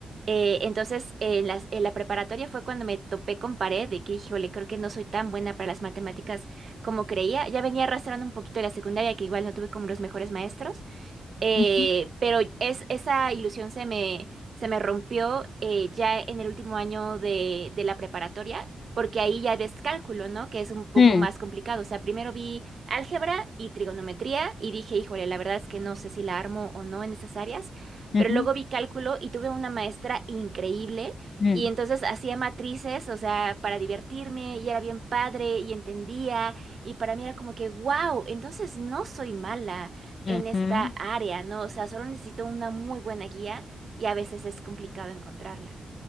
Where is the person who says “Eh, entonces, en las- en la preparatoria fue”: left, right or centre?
Right